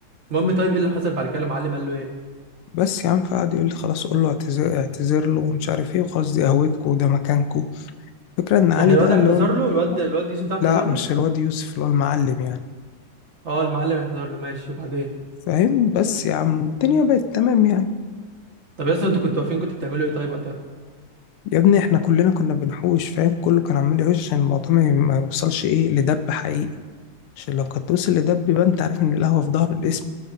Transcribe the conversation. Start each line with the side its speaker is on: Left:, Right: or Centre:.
Right: المهم طيب ايه اللي حصل بعد كده المعلم قال له ايه
Left: بس يا عم فقعد يقول لي خلاص قول له اعتذر اعتذر له ومش عارف ايه وخلاص دي قهوتكم وده مكانكم فكرة ان علي
Right: يعني الواد
Left: ده
Right: اعتذر
Left: اللي هو ال-
Right: له الواد الواد يوسف ده اعتذر
Left: لا
Right: له
Left: مش الواد يوسف اللي هو المعلم يعني
Right: اه المعلم اعتذر له ماشي وبعدين
Left: فاهم بس يا عم والدنيا بقت تمام يعني
Right: طب يا اسطى انتوا كنتوا واقفين كنتوا بتعملوا ايه طيب وقتها
Left: يا ابني احنا كلنا كنا بنحوش فاهم كله كان عمال يحوش عشان الموضوع ما ما يوصلش ايه لدب حقيقي عشان لو كانت توصل لدب يبقى انت عارف ان القهوة في ظهر الاسم